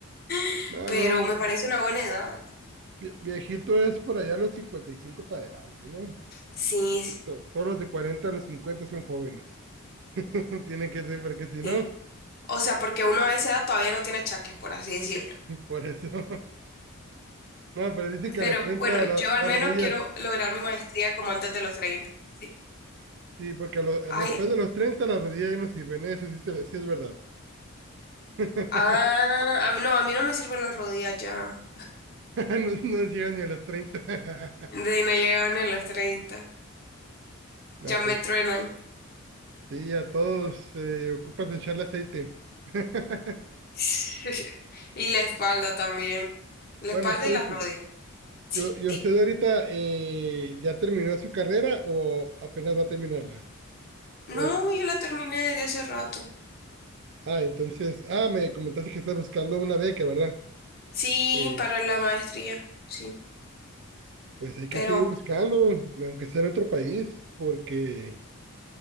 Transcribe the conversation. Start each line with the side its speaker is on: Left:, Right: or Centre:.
Left: <laughs>
Right: No,
Left: pero
Right: no,
Left: me parece
Right: ve-
Left: una buena edad.
Right: vie- viejito es por allá los 55 para adelante, ¿no?
Left: Sí, sí.
Right: To- Todos los de 40 a los 50 son jóvenes. <laughs> Tienen que ser, porque si no,
Left: sí. O sea, porque uno a esa edad todavía no tiene achaques, por así decirlo.
Right: por eso. <laughs> No, pero dicen que
Left: Pero
Right: a los 30
Left: bueno,
Right: la-
Left: yo al
Right: las
Left: menos
Right: rodillas
Left: quiero lograr mi maestría como antes de los treinta Sí.
Right: Sí, porque a lo- a-
Left: Ay,
Right: después de los 30 la rodilla ya no sirven, eso sí, te lo- sí es verdad. <laughs>
Left: ah, a mí- no, a mí no me sirven las rodillas ya.
Right: No, no llegan ni a los treinta <laughs>
Left: De no llegar ni a los treinta
Right: No,
Left: Ya me
Right: pues
Left: truenan.
Right: sí, a todos eh, ocupas echarle aceite. <laughs>
Left: <laughs> Y la espalda también. La
Right: Bueno,
Left: espalda
Right: Stacy,
Left: y las rodillas. Sí,
Right: yo- ¿y
Left: dime.
Right: usted ahorita eh, ya terminó su carrera o apenas va a terminarla?
Left: No,
Right: O-
Left: yo la terminé desde hace rato.
Right: ah, entonces, ah, me comentaste que estás buscando una beca, ¿verdad?
Left: Sí,
Right: Pues,
Left: para la maestría. Sí.
Right: pues hay que
Left: Pero
Right: seguir buscando, aunque sea en otro país, porque...